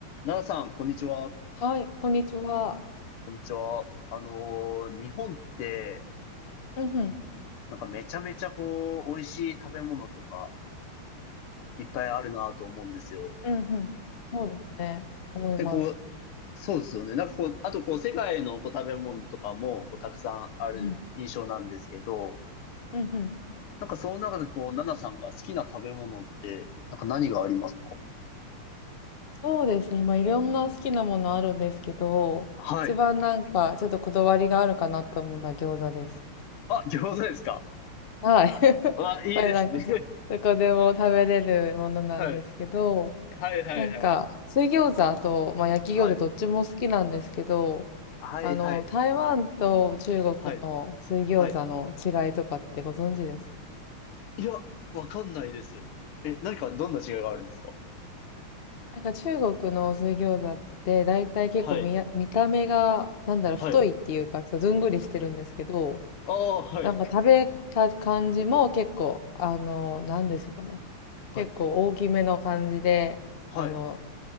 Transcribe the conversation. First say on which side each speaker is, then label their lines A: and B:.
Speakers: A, on the left; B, on the left.
A: 奈良さん、こんにちは。
B: はい、こんにちは。
A: こんにちは。あのー日本って、
B: うんうん、
A: なんかめちゃめちゃこう、美味しい食べ物とか、いっぱいあるなと思うんですよ。
B: うんうん。そうですね、思います。
A: で、こう、そうですよね。なんかこう、あとこう、世界のこう食べ物とかも、こう、たくさんある印象なんですけど、
B: うんうん、うんうん。
A: なんかその中でこう、奈々さんが好きな食べ物って、なんか何がありますか
B: そうですね、今いろんな好きなものあるんですけど、
A: はい。
B: 一番なんかちょっとこだわりがあるかなと思うのは餃子です。
A: あ、餃子ですか。
B: はい。<laughs>
A: わ、いいですね。
B: これなんかそ、どこでも食べれるものなんですけど、
A: <laughs> はい。はいはいはい
B: なんか、水餃子と、まあ、焼き餃子どっちも好きなんですけど、
A: はい。はい。
B: あの、
A: はいはい。
B: 台湾と中国の水餃子の違いとかってご存知ですか
A: はい。はい。いや、わかんないです。え、何か、どんな違いがあるんですか
B: なんか中国の水餃子って大体結構見や、
A: はい。
B: 見た目がなんだろう太いっていうかちょっとずんぐりしてるんですけど、
A: はい。ああ、はい。
B: なんか食べた感じも結構あの、なんでしょうかね。
A: はい。
B: 結構大きめの感じで、
A: はい。
B: あの、